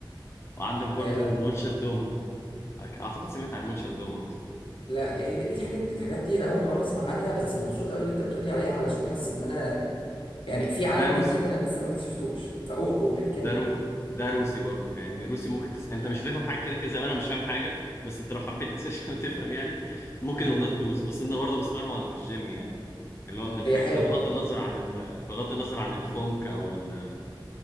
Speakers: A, on the left; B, on the left.
A: وعندك برضو
B: ايوه لا
A: مولشة دومة اعتقد سمعت عن مولشة دومة
B: لا دي هي دي- ايه الحاجات الحاجات دي انا اول مره اسمع عنها بس مبسوط قوي اللي انت بتقولي عليها علشان حاسس ان انا يعني في عالم
A: ده روسي
B: جديد انا لسه ما اكتشفتوش فقول قول كمل
A: ده رو... ده روسي برضو يعني روسي ممكن تس... انت مش هتفهم حاجه كده كده زي ما انا مش فاهم حاجه بس انت لو حبيت <laughs> تفهم يعني ممكن
B: مم.
A: الاغنيه تبوظ بس انا برضو بسمعها وانا في الجيم يعني اللي هو من الحاجات
B: هي حلوه
A: ده بغض النظر عن ال... بغض النظر عن الفونك او ال...